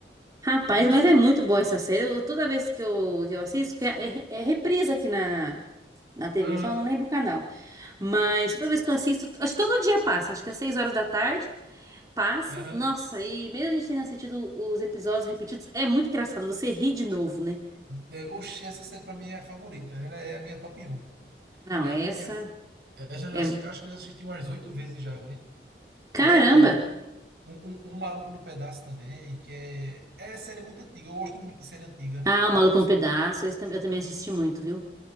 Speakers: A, on the right (about 20°); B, on the right (about 65°).
A: Rapaz,
B: Eu não
A: mas
B: sei
A: é
B: se...
A: muito boa essa série. Eu- toda vez que eu, que eu assisto, que é, é, é reprise aqui na, na TV,
B: Aham,
A: só eu não lembro o canal. Mas toda vez que eu assisto, acho que todo dia passa, acho que às 6 horas da tarde. passa.
B: aham.
A: Nossa, e mesmo a gente tendo assistido os episódios repetidos, é muito engraçado. Você ri de novo, né?
B: É, Oxi, essa série pra mim é a favorita. Ela é a minha top um
A: Não,
B: É
A: essa
B: a top um eu já- já
A: é.
B: assi-
A: um
B: acho que eu já assisti umas oito vezes já, vi.
A: Caramba!
B: Ela, um, um, um Maluco no Pedaço também, que é, é série muito antiga. Eu gosto muito de série antiga.
A: Ah, O Maluco
B: Eu não,
A: no Pedaço. esse tam- eu também assisti muito, viu?